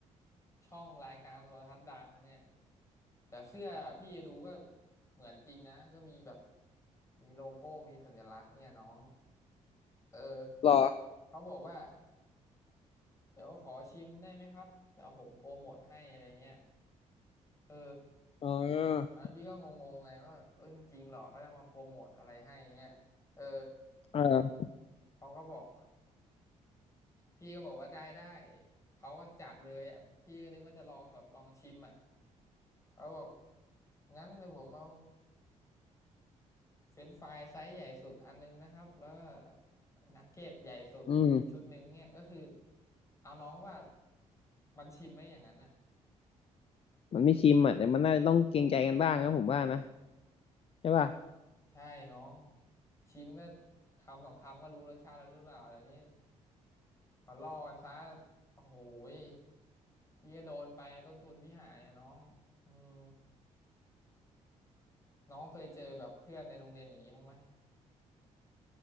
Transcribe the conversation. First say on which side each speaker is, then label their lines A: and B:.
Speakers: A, on the left (about 25°); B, on the left (about 50°).
A: ช่องรายการโทรทัศน์ดังเนี่ยแต่เสื้อพี่ดูก็เหมือนจริงนะก็มีแบบมีโลโก้มีสัญลักษณ์เนี่ยน้องเออ
B: หรอ
A: เขาบอกว่าเดี๋ยวขอชิมได้ไหมครับเดี๋ยวผมโปรโมทให้อะไรเงี้ยเออ
B: เออ
A: ตอนนั้นพี่ก็งงๆไงว่าเอ้ยมันจริงเหรอเขาจะมาโปรโมทอะไรให้เงี้ยเออ
B: เออ
A: เขาก็บอกพี่ก็บอกว่าได้ได้เขาก็จัดเลยอ่ะพี่ก็นึกว่าจะลองแบบลองชิมอ่ะ เขาบอกงั้นเดี๋ยวผมเอาเฟรนช์ฟรายไซส์ใหญ่สุดอันนึงนะครับแล้วก็นักเก็ตใหญ่สุดอีกชุดหนึ่งเนี่ยก็คือ
B: อืม
A: เอาน้องว่ามันชิมไหมอย่างนั้นน่ะ
B: มันไม่ชิมอ่ะแต่มันน่าจะต้องเกรงใจกันบ้างนะผมว่านะใช่ป่ะ
A: ใช่น้องชิมก็คำสองคำก็รู้รสชาติแล้วหรือเปล่าอะไรนี้มาล่อกันซะโอ้โหยพี่ก็โดนไปต้นทุนพี่หายอ่ะน้องอืมน้องเคยเจอแบบเพื่อนในโรงเรียนอย่างนี้บ้างไหม